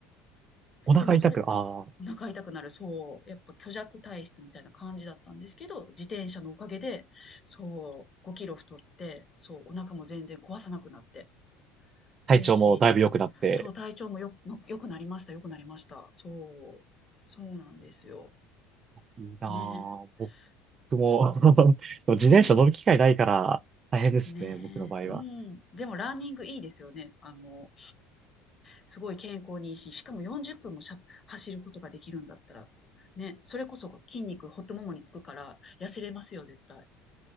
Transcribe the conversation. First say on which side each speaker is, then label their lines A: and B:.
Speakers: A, on the right; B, on the left.
A: お腹痛く、
B: でもそれ、
A: ああ、
B: お腹痛くなる、そう、やっぱ虚弱体質みたいな感じだったんですけど、自転車のおかげで、そう、5キロ太って、そう、お腹も全然壊さなくなって、
A: 体調もだいぶ良くなって、
B: 嬉しい。そう、体調もよく、の良くなりました、良くなりました。そう、そうなんですよ。
A: いいなぁ。
B: ね、
A: 僕も
B: そ
A: <laughs> でも自転車乗る機会ないから大変ですね、
B: う、うん。ねえ、
A: 僕の場合は。
B: うん。でもランニングいいですよね。あの、すごい健康にいいし、しかも40分もしゃ走ることができるんだったら、ね、それこそ筋肉、ほっとももにつくから、痩せれますよ、絶対。